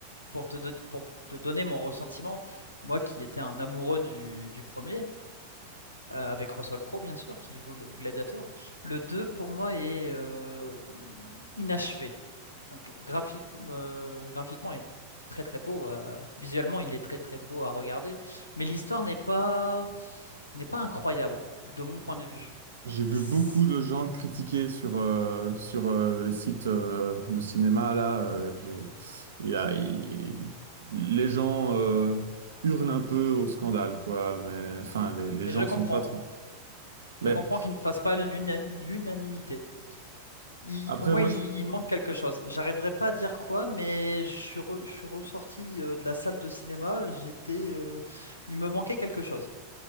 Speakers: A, on the left; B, on the right.
A: pour te don- pour te donner mon ressentiment, moi qui étais un amoureux du du premier. euh, avec Russell Crowe, bien sûr, qui joue le gladiateur. Le 2 pour moi, est euh, inachevé. Donc, graphique, euh, graphiquement, il est très très beau. euh, visuellement, il est très très beau à regarder. Mais l'histoire n'est pas, n'est pas incroyable, de mon point de vue.
B: J'ai vu
A: C'est-
B: beaucoup de gens le critiquer sur euh, sur euh, les sites euh, de cinéma là. euh, j'ai. il y a- il- Les gens euh, hurlent un peu au scandale, quoi. Mais enfin, les, les
A: Mais
B: gens
A: je comprends.
B: sont pas très. Mais
A: Je comprends qu'il ne fasse pas l'una- l'unanimité. Il-
B: Après,
A: il- pour moi,
B: moi,
A: il,
B: je...
A: il manque quelque chose. J'arriverai pas à dire quoi, mais je suis, re- je suis ressorti euh, de la salle de cinéma. J'étais, euh, il me manquait quelque chose.